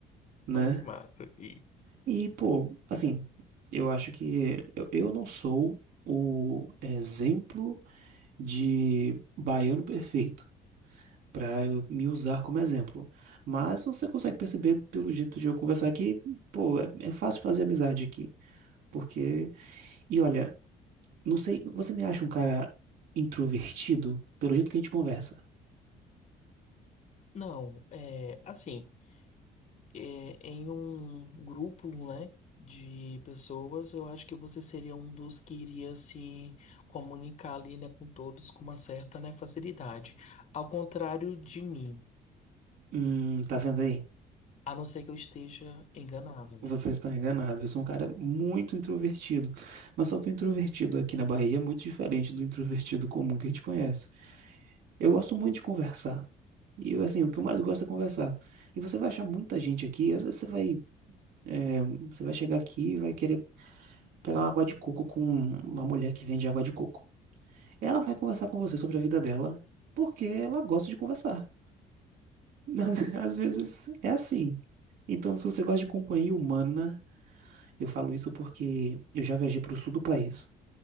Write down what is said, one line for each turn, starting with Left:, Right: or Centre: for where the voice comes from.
Right: né?
Left: Oi, de mato isso.
Right: E, pô, assim, eu acho que eu, eu não sou o exemplo de baiano perfeito pra eu me usar como exemplo. Mas você consegue perceber pelo jeito de eu conversar que, pô, é, é fácil fazer amizade aqui. Porque, e olha, não sei, você me acha um cara introvertido pelo jeito que a gente conversa?
Left: Não, é assim. é, em um grupo, né, de pessoas, eu acho que você seria um dos que iria se comunicar ali, né, com todos com uma certa, né, facilidade. Ao contrário de mim,
Right: Hum, tá vendo aí?
Left: a não ser que eu esteja enganado, né?
Right: Você está enganado. Eu sou um cara muito introvertido. Mas só que o introvertido aqui na Bahia é muito diferente do introvertido comum que a gente conhece. Eu gosto muito de conversar. E eu, assim, o que eu mais gosto é conversar. E você vai achar muita gente aqui. Às vezes você vai, eh, você vai chegar aqui e vai querer pegar uma água de coco com uma mulher que vende água de coco. Ela vai conversar com você sobre a vida dela porque ela gosta de conversar. <laughs> Às, às vezes é assim. Então, se você gosta de companhia humana. Eu falo isso porque eu já viajei para o sul do país